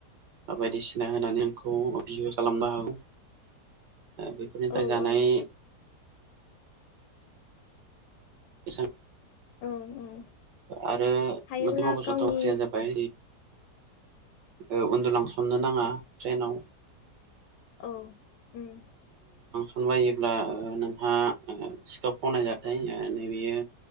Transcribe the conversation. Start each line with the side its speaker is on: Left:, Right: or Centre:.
Right: बायदिसिना होनानै आंखौ बिहो खालामनोबो हागौ बेफोरनिफ्राय
Left: औ
Right: जानाय
Left: औ
Right: एसान
Left: औ औ
Right: आरो
Left: हायोब्ला
Right: मोग
Left: गावनि
Right: साथाव बाथ्राया जाबाय ओ उन्दुलांसननो नाङा ट्रेनाव
Left: औ उम
Right: खनबायोब्ला नोंहा सिखाव ओ खावनायजथाय नै बियो